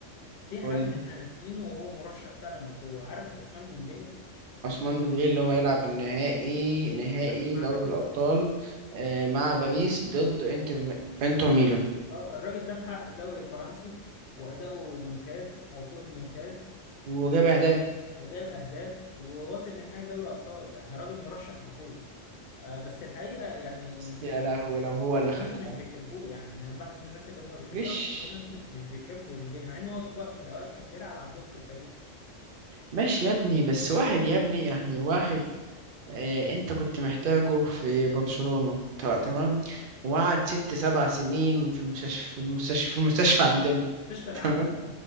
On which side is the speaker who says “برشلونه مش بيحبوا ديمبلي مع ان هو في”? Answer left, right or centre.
Left